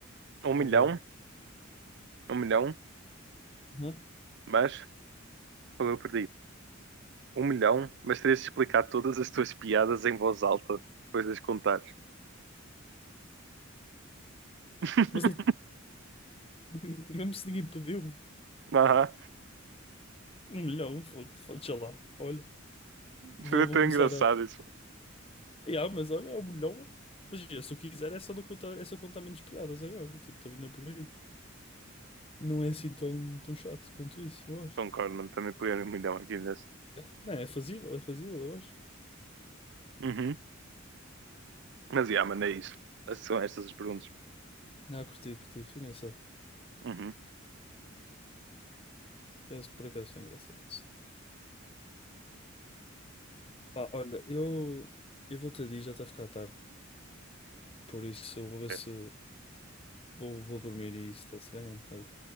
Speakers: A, on the right (about 60°); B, on the left (about 30°).
A: Um milhão,
B: Ok, ok.
A: um milhão,
B: Hã?
A: mas foi eu que perdi. Um milhão, mas terias de explicar todas as tuas piadas em voz alta depois de as contares. <laughs>
B: Mas ele, <laughs> mesmo se ninguém pediu,
A: Aham,
B: um milhão, fo- fo- deixa lá. Olha, vou,
A: foi tão
B: vou começar
A: engraçado
B: a.
A: isso.
B: Yeah, mas olha, é um milhão. Mas yeah, se eu quiser, é só, não contar, é só contar menos piadas agora. Tipo, também não é por aí. Não é assim tão, tão chato quanto isso, eu acho.
A: Concordo, mano, também peguei um milhão aqui nesse.
B: É. Não, é fazível, é fazível, eu acho.
A: Uhum. Mas, yeah, mano, é isso. Essas São estas as perguntas.
B: Não, curti, curti. Foi engraçado.
A: Uhum.
B: Eu, por acaso foi engraçado isso. Pá, olha, eu, eu vou-te a dizer, já está a ficar tarde. Por isso, eu vou ver
A: É.
B: se. Vou, vou dormir e isso está-se bem, mano. Olha,